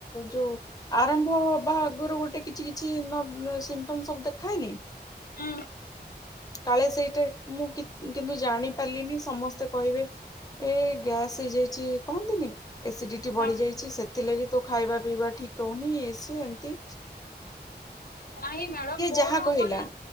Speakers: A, on the left; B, on the left.
A: ଯୋଉ ଆରମ୍ଭ ହବା ଆଗରୁ ଗୋଟେ କି କିଛି କିଛି ନ ସିମ୍ଟମ ସବୁ ଦେଖାଏନି
B: ହୁଁ
A: କାଳେ ସେଇଟା ମୁଁ କିଛି କିନ୍ତୁ ଜାଣି ପାରିଲିନି, ସମସ୍ତେ କହିବେ ଏ ଗ୍ୟାସ ହେଇଯାଇଛି କହନ୍ତିନି। ଏସିଡିଟି ବଢି
B: ହଁ
A: ଯାଇଛି ସେଥିଲାଗି ତୋ ଖାଇବା ପିଇବା ଠିକ କହୁନି ଇଏ ସିଏ ଏମିତି
B: ନାଇଁ ମ୍ୟାଡାମ ମୋର
A: ଯାହା କହିଲା
B: ମାନେ